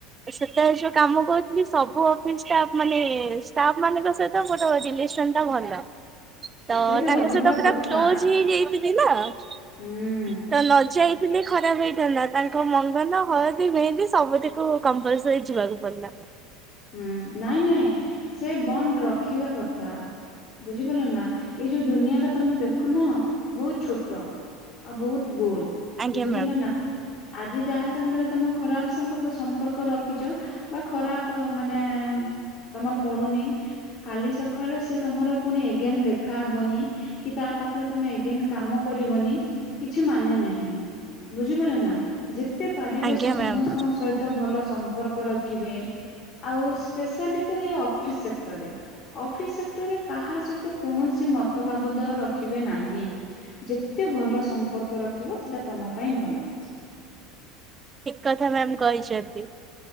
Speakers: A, on the right (about 25°); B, on the left (about 40°).
A: ସେତେବେଳେ ଯୋଉ କାମ କରୁଥିଲି ସବୁ ଅଫିସ ଷ୍ଟାଫ୍ ମାନେ ଷ୍ଟାଫ୍ ମାନଙ୍କ ସହିତ ମୋର ରିଲେସନ ଟା ଭଲ। ତ
B: ସେଇଟା
A: ତାଙ୍କ
B: ରହିବା
A: ସହିତ ପୁରା
B: କଥା
A: କ୍ଲୋଜ ହେଇଯାଇ <unintelligible>
B: ହୁଁ
A: ତ ନଜାଇ ଖରାପ ହେଇଥାନ୍ତା ତାଙ୍କ ମଙ୍ଗନ ହଳଦୀ ମେହେନ୍ଦୀ ସବୁଠିକୁ କମ୍ପଲସରି ଯିବାକୁ ପଡିଲା।
B: ହୁଁ ନାଇଁ ନାଇଁ ସେ ବଣ୍ଡ ର ରଖିବା କଥା ବୁଝିପାରିଲ ନା ଏଇ ଯୋଉ ଦୁନିଆ ଟା ତମେ ଦେଖୁନ ବହୁତ ଛୋଟ ଆଉ ବହୁତ ଗୋଲ
A: ଆଜ୍ଞା
B: ବୁଝିପାରିଲ
A: ମ୍ୟାମ୍।
B: ନା ଆଜି ଯାହା ସାଙ୍ଗରେ ତମେ ଖରାପ ସାଙ୍ଗ ସମ୍ପର୍କ ରଖିଛ ବା ଖରାପ ମାନେ ତମର ପଡୁନି କାଲି ସକାଳେ ସେ ତମର ପୁଣି ଏଗେନ ଦେଖାହବନି କି ତା ପାଖରେ ତମେ ଏଗେନ କାମ କରିବନି କିଛି ମାନେ ନାହିଁ ବୁଝିପରିଲ ନା ଯେ ଯେତେ ପାରିବେ
A: ଆଜ୍ଞା
B: ସମସ୍ତଙ୍କ
A: ମ୍ୟାମ୍
B: ସହିତ ଭଲ ସମ୍ପର୍କ ରଖିବେ ଆଉ ସ୍ପେଶାଲି ତ ଇ ଅଫିସ ସେକ୍ଟରରେ ଅଫିସ ସେକ୍ଟରରେ କାହା ସହିତ କୌଣସି ମତ ବାବଦ ରଖିବେ ନାହିଁ ଯେତେ ଭଲ ସମ୍ପର୍କ ରଖିବ ସେଟା ତମ ପାଇଁ ଭଲ।
A: ଠିକ କଥା ମ୍ୟାମ କହିଛନ୍ତି।